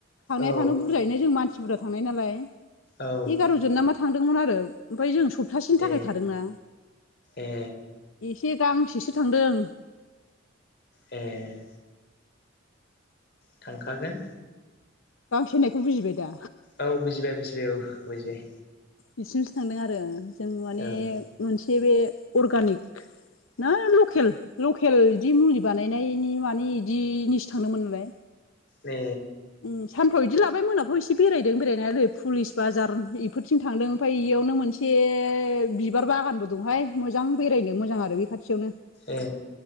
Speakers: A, on the left (about 90°); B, on the left (about 55°).
A: थांनाया
B: औ
A: थांनो बुरजायैनो जों मानसि बुरजा थांनाय नालाय
B: औ
A: एगार'जन ना मा थांदोंमोन आरो ओमफ्राय जों सप्तासेनि थाखाय
B: ए
A: थादोंना।
B: ए
A: से गांसेसो थांदों।
B: ए। थांखागोन।
A: गांसे होननायखौ बुजिबाय दा?
B: औ बुजिबाय बुजिबाय औ बुजिबाय
A: बिसिमसो थांदों आरो जों माने
B: औ
A: मोनसे हेबे अर्गानिक ना लकेल लकेल इदि मुलि बानायनायनि मानि इदिनिसो थांदोंमोन नालाय।
B: ए।
A: उम सानफ्राव इदि लाबाय मोनाफ्राव इसे बेरायदों बेरायनानै आरै पुलिस बाजार इफोरथिं थांदों ओमफाय इयो बेयावनो मोनसे बिबार बागानबो दंहाय मोजां बेरायनो मोजां आरो बे खाथियावनो
B: ए।